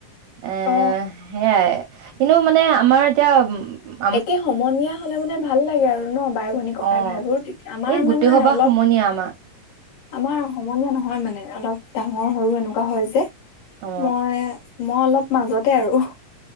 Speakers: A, on the right; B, on the left.
A: এ,
B: অ
A: সেয়াই কিন্তু মানে আমাৰ এতিয়া উম
B: একে সমনীয়া হ'লে মানে ভাল লাগে আৰু ন', বাই, ভনী, ককাই,
A: অ
B: ভাইবোৰ, তেতিয়া আমাৰ
A: এই গোটেই
B: মনৰ
A: সবা
B: অলপ
A: সমনীয়া আমাৰ।
B: আমাৰ সমনীয়া নহয় মানে, অলপ ডাঙৰ সৰু এনেকুৱা হয় যে,
A: অ
B: মই মই অলপ মাজতে আৰু।